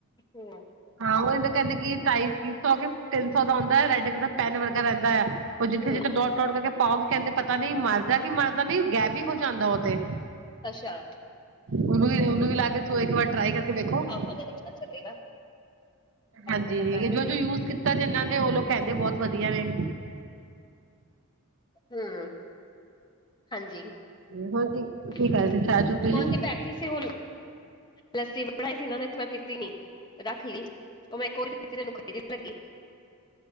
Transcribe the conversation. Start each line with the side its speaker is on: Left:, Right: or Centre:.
Left: ਹੁੰ।
Right: ਹਾਂ ਉਹੀ ਮੈਂ ਕਹਿੰਦੀ ਕਿ ਢਾਈ ਸੌ ਕਿ, ਤਿੰਨ ਸੌ ਦਾ ਆਓਂਦਾ ਏ ਰੈੱਡ ਕਲਰ ਦਾ ਪੈਨ ਵਰਗਾ ਰਹਿੰਦਾ ਹੈ। ਉਹ ਜਿੱਥੇ-
Left: ਹੂੰ
Right: ਜਿੱਥੇ ਡੋਟ- ਡੋਟ ਕਰਕੇ ਪਾਓਗੇ ਕਹਿੰਦੇ ਪਤਾ ਨਹੀਂ ਮਰਦਾ ਕਿ ਮਰਦਾ ਨਹੀਂ ਉਹ ਗੈਬ ਵੀ ਹੋ ਜਾਂਦਾ ਉਹ ਤੇ।
Left: ਅੱਛਾ
Right: ਉਹਨੂੰ ਵੀ ਉਹਨੂੰ ਵੀ ਲਾ ਕੇ ਸੋ ਇੱਕ ਵਾਰ ਟਰਾਈ ਕਰਕੇ ਵੇਖੋ।
Left: ਹਾਂ ਤੇ ਪਤਾ ਚੱਲੇਗਾ।
Right: ਹਾਂਜੀ
Left: ਐਵੇਂ ਤਾਂ ਪਤਾ ਨੀ
Right: ਜੋ- ਜੋ ਯੂਜ ਕੀਤਾ ਜਿਹਨਾਂ ਨੇ, ਉਹ ਲੋਕ ਕਹਿੰਦੇ ਬਹੁਤ ਵਧੀਆ ਏ।
Left: ਹੂੰ, ਹਾਂਜੀ।
Right: ਹੋਰ ਕੀ
Left: ਕੋਈ
Right: ਕੀ ਕਰ ਸੀ ਚਾਹ ਚੂ ਪੀ ਲਈ
Left: ਨਹੀ ਬੈਠੀ ਸੀ ਹੁਣ। ਲੱਸੀ ਬਣਾਈ ਸੀ ਇਹਨਾਂ ਨੇ, ਮੈਂ ਪੀਤੀ ਨੀ। ਰੱਖ ਲਈ ਉਹ ਮੈਂ ਇਕੋ ਵਾਰ ਪੀਤੀ ਤੇ ਮੈਨੂੰ ਖੱਟੀ ਜਿਹੀ ਲਗੀ।